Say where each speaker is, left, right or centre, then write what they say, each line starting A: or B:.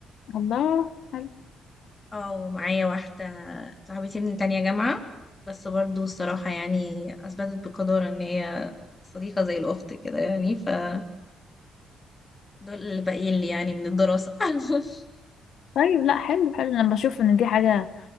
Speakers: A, on the left; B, on the left.
A: الله حلو
B: اه ومعايا واحدة صاحبتي من تانية جامعة بس برضو الصراحة يعني أثبتت بقدر إن هي صديقة زي الأخت كده يعني فدول اللي باقيين لي يعني من الدراسة <laughs>
A: طيب لا حلو حلو انا بشوف ان دي حاجة